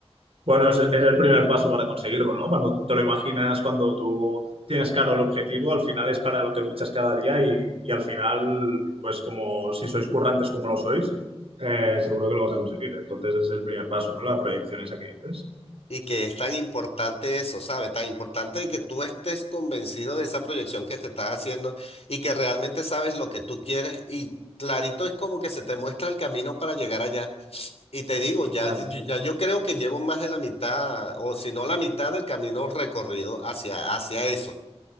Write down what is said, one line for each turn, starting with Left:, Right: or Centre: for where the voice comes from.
Right: Bueno, es, es el primer paso para conseguirlo, ¿no? Cuando tú te lo imaginas, cuando tú tienes claro el objetivo, al final es para lo que luchas cada día y, y al final, pues como si sois currantes como lo sois, eh, seguro que lo vas a conseguir. Entonces es el primer paso, ¿no? La proyección esa que dices.
Left: Y que es tan importante eso, ¿sabes? Tan importante de que tú estés convencido de esa proyección que te estás haciendo y que realmente sabes lo que tú quieres y clarito es como que se te muestra el camino para llegar allá. Y te digo, ya,
Right: Ya
Left: ya,
Right: ves.
Left: ya yo creo que llevo más de la mitad o si no la mitad del camino recorrido hacia, hacia eso.